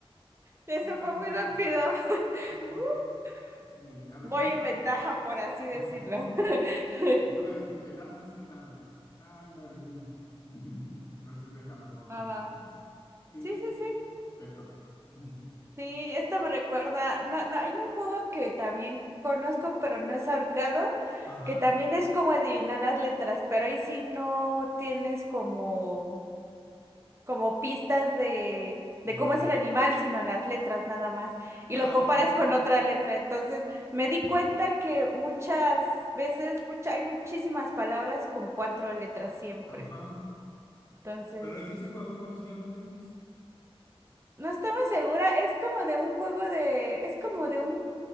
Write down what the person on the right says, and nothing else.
Eso
fue muy rápido.
<laughs>
Voy
en ventaja, por así decirlo.
<laughs>
Mamá.
Sí, sí, sí.
Sí, esta me recuerda, no, no, hay un juego que también conozco, pero no es ahorcado,
que también es como adivinar las letras, pero ahí sí no tienes como, como pistas de,
de cómo
es el animal, sino las letras nada más, y
lo comparas
con otra letra. Entonces, me di cuenta que muchas veces, mucha, hay muchísimas palabras con cuatro letras siempre.
Entonces,
no estoy muy segura, es como de un juego de, es como de un